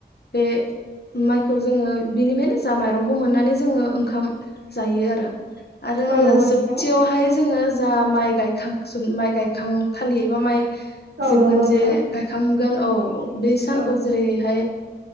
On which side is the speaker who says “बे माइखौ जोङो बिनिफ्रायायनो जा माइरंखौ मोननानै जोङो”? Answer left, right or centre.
Left